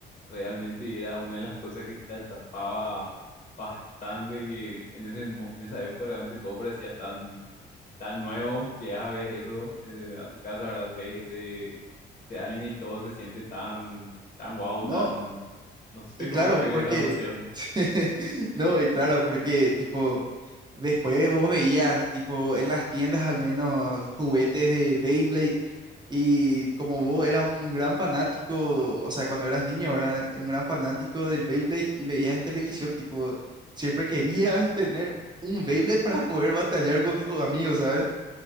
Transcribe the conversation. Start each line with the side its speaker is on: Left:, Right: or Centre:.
Left: realmente era una de las cosas que te atrapaba bastante, que en ese, mo- en esa época realmente todo parecía tan, tan nuevo, llegas a ver eso eh, a tu casa, ¿verdad? Ves ese, ese anime y todo se siente tan, tan wow,
Right: no,
Left: tan, no sé
Right: y claro,
Left: cómo escribir
Right: porque,
Left: esa emoción.
Right: <laughs> no, y claro, porque tipo... Después vos veías, tipo, en las tiendas al menos juguetes de Beyblade y como vos eras un gran fanático, o sea, cuando eras niño, era un gran fanático del Beyblade y veías en televisión, tipo, siempre querías tener un Beyblade para poder batallar con tus amigos, ¿sabes?